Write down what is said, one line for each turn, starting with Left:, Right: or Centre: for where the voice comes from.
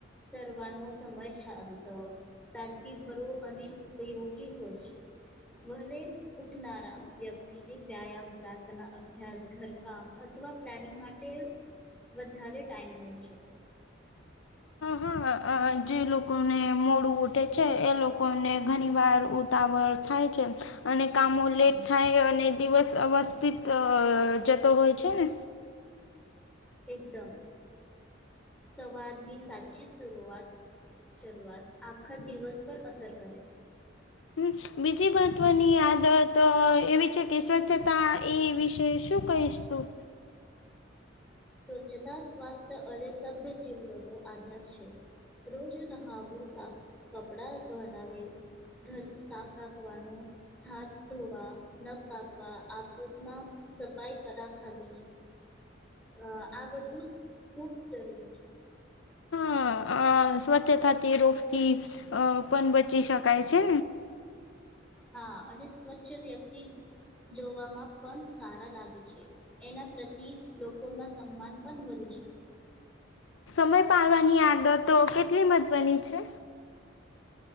Centre: સર્વાનો સમય છાલતો. તાજગી ભરો અને ઉપયોગી હોય છે. વલે ઉઠનારા વ્યક્તિને વ્યાયામ પ્રાર્થના અભ્યાસ ઘરકામ. અથવા પ્લાનિંગ માટે વધારે ટાઈમ મળે છે.
Left: હ જે લોકોને મોડું ઉઠે છે એ લોકોને ઘણી વાર ઉતાવળ થાય છે, અને કામો લેટ થાય અને દિવસ અવસ્થિત તો જતં હોય છે ને.
Centre: એકદમ, સવારની સાતચી સુરઆત શરૂઆત આખા દિવસ પર અસર કરે છે.
Left: હમમ બીજી મહત્વની આદતો એવી છે કે સ્વચ્છતા એ વિશેષ શું કહીશ તું?
Centre: સ્વચ્છતા, સ્વાસ્થ્ય અને સભ્ય જીવનનો આધાર છે. રોજ નહાવું, સાફ કપડાં પહેરાવે ઘર સાફ રાખવાનું હાથ ધોવા, નખ કાપવા, આપસમાં સફાઈ કરા ખવી. અ આ બધું ખુબ જરૂરી છે.
Left: હા અ સ્વચ્છતા રોગથી અ પણ બચી શકાય છે.
Centre: હા અને સ્વચ્છ વ્યક્તિ જોવામાં પણ સારા લાગે છે. એના પ્રતિ લોકોમાં સન્માન પણ વધે છે.
Left: સમય પાડવાની આદતો કેટલી મહત્વની છે?